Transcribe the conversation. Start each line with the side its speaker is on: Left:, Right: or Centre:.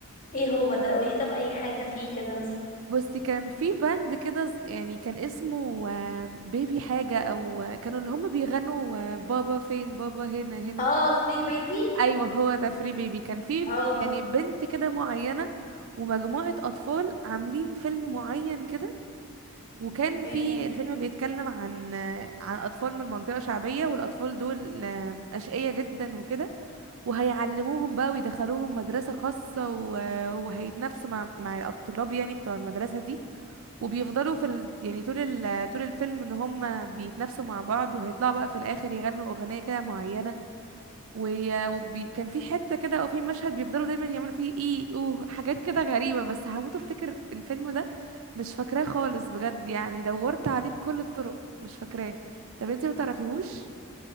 Left: ايه هو ده قولي طب اي حاجه فيه كده مثلا
Right: بس كان في باند كده ز- يعني كان اسمه آه، بيبي حاجه او آه، كانوا اللي هم بيغنوا آه، بابا فين بابا هنا هنا
Left: اه فري بيبي
Right: ايوه هو ده فري بيبي كان في
Left: اه
Right: يعني بنت كده معينه ومجموعه اطفال عاملين فيلم معين كده وكان في
Left: اوكي
Right: الفيلم بيتكلم عن عن اطفال من منطقه شعبيه والاطفال دول آم، اشقياء جدا وكده وهيعلموهم بقى ويدخلوهم مدرسه خاصه و- وهيتنافسوا مع مع الطلاب يعني بتوع المدرسه دي وبيفضلوا في ال... يعني طول ال... طول الفيلم ان هم بيتنافسوا مع بعض وهيطلعوا بقى في الاخر يغنوا اغنيه كده معينه وكان في حتة كده او في مشهد بيفضلوا دايما يعملوا فيه ايه اوه حاجات كده غريبة بس هموت افتكر الفيلم ده مش فاكراه خالص بجد يعني دورت عليه بكل الطرق مش فاكراه طب انتي متعرفيهوش